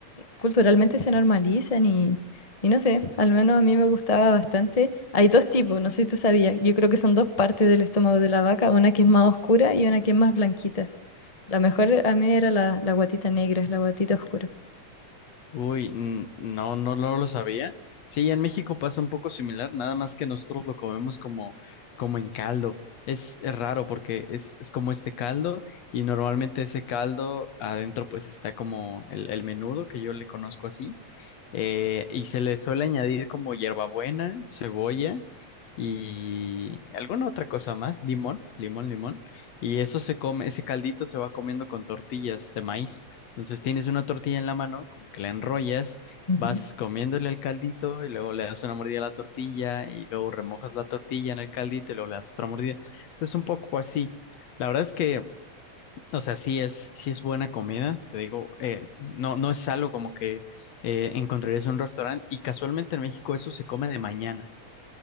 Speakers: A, on the left; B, on the left.
A: culturalmente se normalizan y, y no sé, al menos a mí me gustaba bastante. Hay dos tipos, no sé si tú sabías, yo creo que son dos partes del estómago de la vaca, una que es más oscura y una que es más blanquita. La mejor a mí era la, la guatita negra, es la guatita oscura.
B: Uy, n- no, no, no lo sabía. Sí, en México pasa un poco similar, nada más que nosotros lo comemos como, como en caldo. Es, es raro porque es, es como este caldo y normalmente ese caldo adentro pues está como el, el menudo que yo le conozco así eh, y se le suele añadir como hierbabuena, cebolla y alguna otra cosa más, limón, limón, limón y eso se come, ese caldito se va comiendo con tortillas de maíz. Entonces tienes una tortilla en la mano, como que la enrollas,
A: Ujú.
B: vas comiéndole al caldito y luego le das una mordida a la tortilla y luego remojas la tortilla en el caldito y luego le das otra mordida. Entonces es un poco así. La verdad es que, o sea, sí es, sí es buena comida, te digo, eh, no, no es algo como que eh, encontrarías en un restaurante y casualmente en México eso se come de mañana.